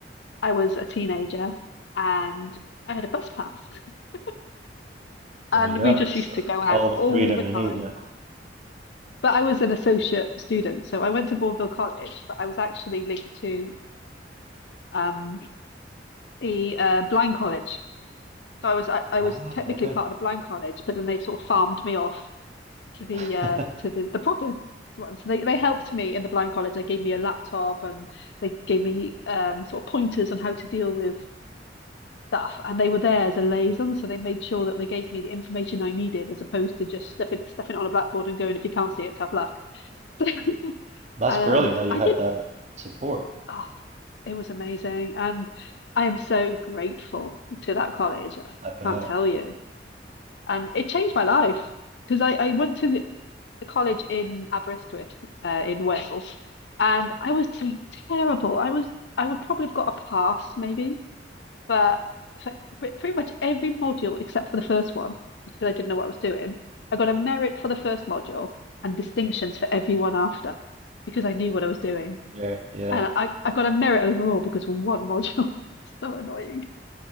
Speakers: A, on the left; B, on the right.
A: I was a teenager and I had a bus pass. <laughs>
B: there
A: And
B: you go.
A: we just
B: So
A: used to go out
B: all the
A: all
B: freedom
A: the
B: you
A: time.
B: need, yeah.
A: But I was an associate student, so I went to Bourneville College, but I was actually linked to um, the uh, Blind College. So I was I, I
B: Ah,
A: was technically
B: okay.
A: part of the Blind College, but then they sort of farmed me off to the
B: <laughs>
A: uh, to the, the proper one. So they, they helped me in the Blind College. They gave me a laptop and they gave me um, sort of pointers on how to deal with stuff. And they were there as a liaison, so they made sure that they gave me the information I needed, as opposed to just stuffing stuffing it on a blackboard and going, if you can't see it, tough luck. <laughs> and,
B: That's
A: um,
B: brilliant that you
A: I
B: had
A: did.
B: that support.
A: Oh, It was amazing. And I am so grateful to that college. I
B: I bet.
A: can't tell you. And it changed my life because I, I went to the college in Aberystwyth, uh, in Wales, and I was doing terrible. I was I would probably have got a pass maybe, but for pre- pretty much every module except for the first one, because I didn't know what I was doing, I got a merit for the first module and distinctions for everyone after because I knew what I was doing.
B: Yeah, yeah.
A: And I, I got a merit overall because of one module. <laughs> So annoying.